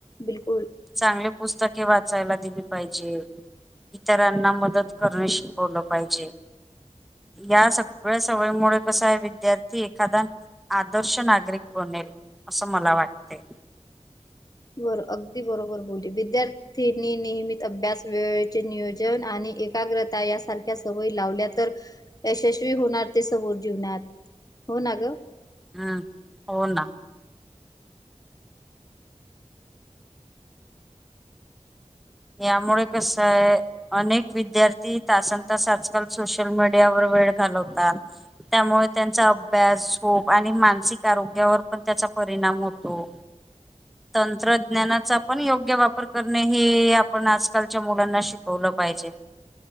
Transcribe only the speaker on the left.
बिलकुल
बर अगदी बरोबर बोलली विद्यार्थी त्यानी नियमित अभ्यास वेळेचे नियोजन आणि एकाग्रता यासारख्या सवयी लावल्या तर यशस्वी होणार ते समोर जीवनात, हो ना ग.
<inaudible>